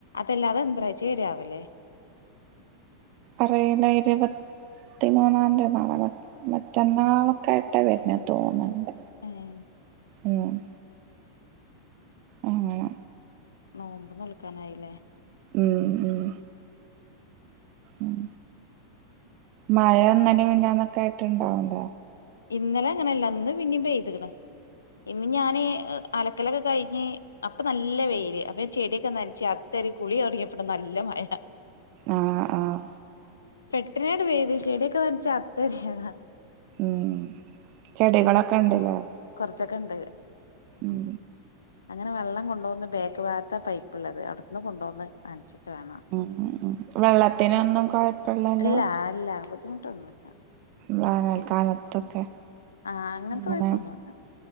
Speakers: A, on the left (about 70°); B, on the right (about 40°).
A: തല്ലാ അത് എന്ത്രയിച്ച വരാവ ല്ലേ
B: അറിയില്ല ഇരുപത്തിമൂന്നാം തീ നാളെ മറ്റന്നാളൊക്കെ ആയിട്ടാ വര്ന്നേ തോന്ന്ണ്ട്
A: ഏഹ്
B: ഉം അങ്ങനെ
A: നോമ്പ് നോൽക്കാനായി ല്ലേ
B: ഉം ഉം ഉം മഴ ഇന്നലി മിന്നാന്ന് ഒക്കെ ആയിട്ട് ഇണ്ടാവണ്ട
A: ഇന്നലെ അങ്ങനെല്ല ഇന്ന് പിന്നിം പെയ്ത്ക്ക്ണ് ഇന്ന് ഞാന് അലക്കലൊക്കെ കഴിഞ്ഞ് അപ്പം നല്ല വെയില് അപ്പം ഞാൻ ചെടിയൊക്കെ നനച്ച് അകത്തേറി കുളി തുടങ്ങിയപ്പം ണ്ട് നല്ല മഴ
B: ആഹ് ആഹ്
A: പെട്ടെനെ ണ്ട് പെയ്ത് ചെടിയൊക്കെ നനച്ച് അകത്തേറിയതാ
B: ഉം ചെടികളൊക്കെ ഇണ്ട് ലേ
A: കൊറ്ച്ചൊക്കെ ഇണ്ട്
B: ഉം
A: അങ്ങനെ വെള്ളം കൊണ്ടോന്ന് ബേക്ക് ഭാഗത്താ പൈപ്പ് ള്ളത് അവിടുന്ന് കൊണ്ടോന്ന് നന്ച്ചിട്ട് വേണം
B: ഉം ഉം വെള്ളത്തിനൊന്നും കൊഴപ്പല്ലല്ലോ
A: ഇല്ല അല്ല ബു ദ്ധിമുട്ടൊന്നൂല്ല
B: വേനൽക്കാലത്തൊക്കെ
A: ആഹ് അങ്ങന്
B: അങ്ങനെ
A: ത്തെ കൊയപ്പൊന്നൂല്ല